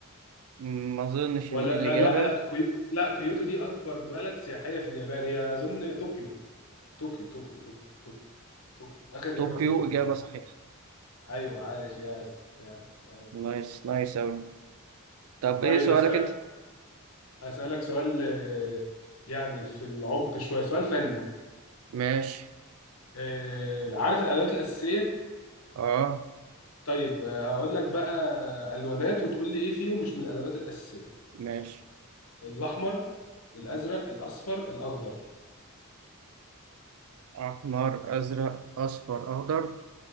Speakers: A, on the right (about 70°); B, on the left (about 80°).
A: م، ما اظنش
B: ولا
A: ان دي الاجابة
B: لا لا لا كيو... لا كيوتو دي أكبر بلد سياحية في اليابان هي أظن طوكيو طوكيو طوكيو طوكيو طوكيو طوكيو آخر
A: طوكيو
B: إجابة طوكيو
A: اجابة صحيحة
B: أيوة عايش ياس ياس أيوة
A: نايس نايس اوي طب
B: طيب
A: ايه سؤالك
B: أسألك
A: انت
B: أسألك سؤال آه، يعني في العمق شوية سؤال فني
A: ماشي
B: آه، عارف الألوانات الأساسية؟
A: اه
B: طيب آه، هقول لك بقى ألوانات وتقول لي إيه فيهم مش من الألوانات الأساسية
A: ماشي
B: الأحمر الأزرق الأصفر الأخضر
A: احمر ازرق اصفر اخضر